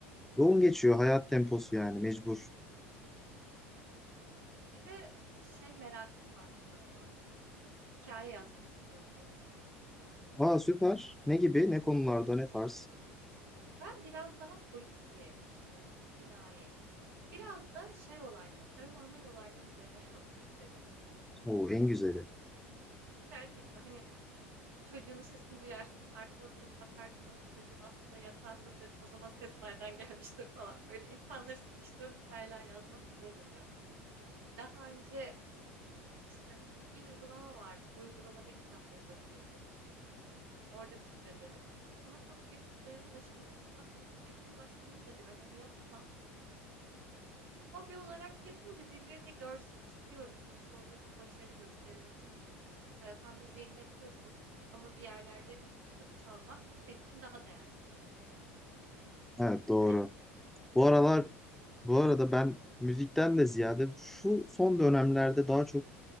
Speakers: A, in the centre; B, on the right (about 85°).
A: Yoğun geçiyor hayat temposu yani mecbur.
B: Evet. Bir de şey merakım var şu aralar. Hikaye yazmak istiyorum boş zamanlarımda.
A: Aa süper. Ne gibi? Ne konularda? Ne tarz?
B: Ben biraz daha polisiye, işte cinayet, biraz da şey olaylar, paranormal olaylar üzerine <laughs> yazmayı seviyorum.
A: Oo en güzeli.
B: Gerçekten hani Çocuğunun sesini duyarsın, arkana dönüp bakarsın, çocuğun aslında yatağındadır, o zaman seslerden <laughs> gelmiştir falan. Böyle insanları sıkıştıran hikayeler yazmak güzel oluyor. Daha önce işte bir uygulama vardı, bu uygulamada kitap yazabiliyorduk. Orada bir süre denedim ama çok büyük kitlelere ulaşamıyorsun. Aslında kitlelere ulaşmamın da bir önemi yok ama İşte hobi olarak yapınca birileri de görsün istiyorum. Sonuçta orada bir başarı gösteriyorsun ya. Mesela sen müziğini yapıyorsun ama bir yerlerde çıkıp çalmak senin için daha değerlidir.
A: Evet doğru.
B: Değil mi?
A: Bu aralar bu arada ben müzikten de ziyade şu son dönemlerde daha çok